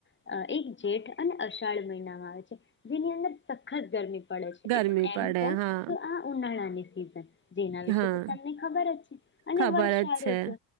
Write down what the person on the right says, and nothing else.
ગરમી
પડે
હા
હા
ખબર
જ છે